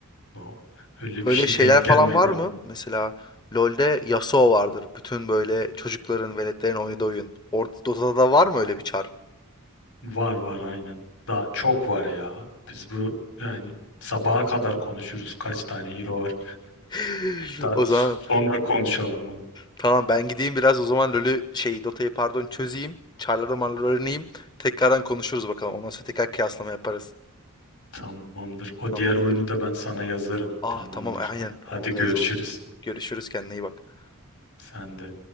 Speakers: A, on the left; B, on the left.
A: Bu- Öyle bir
B: Böyle
A: şey
B: şeyler
A: denk gelmedi.
B: falan var mı? Mesela LoL'de Yasuo vardır. Bütün böyle çocukların, veletlerin oynadığı oyun. Or Dota'da da var mı öyle bir çar?
A: Var var aynen. Daha çok var ya. Biz bu yani sabaha kadar konuşuruz kaç tane hero var.
B: <laughs>
A: Hatta
B: O zaman
A: sonra konuşalım bunu.
B: tamam ben gideyim biraz o zaman LoL'ü şey Dota'yı pardon çözeyim. Çarları marları öğreneyim. Tekrardan konuşuruz bakalım. Ondan sonra tekrar kıyaslama yaparız.
A: Tamamdır. O
B: Tamamdır.
A: diğer oyunu da ben sana yazarım.
B: Ah
A: Tamamdır.
B: tamam aynen
A: Hadi
B: onu da
A: görüşürüz.
B: yazalım. Görüşürüz kendine iyi bak.
A: Sen de.